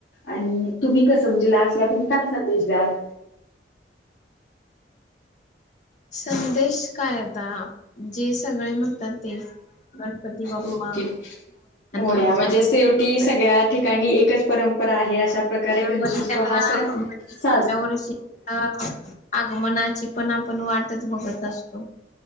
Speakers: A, on the left; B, on the left.
A: आणि तुम्ही कसं म्हणजे लास्टला तुम्ही काय संदेश द्याल?
B: संदेश काय आता जे सगळे म्हणतात ते. गणपती बाप्पा
A: ओके मोरया.
B: पुढच्या
A: म्हणजे
B: वर्षी
A: शेवटी सगळ्या ठिकाणी एकच परंपरा आहे, अशा प्रकारे गणेशोत्सव
B: पण त्या
A: हा सण सा
B: पुढच्या वर्षी <unintelligible> आगमनाची पण आपण वाटच बघत असतो.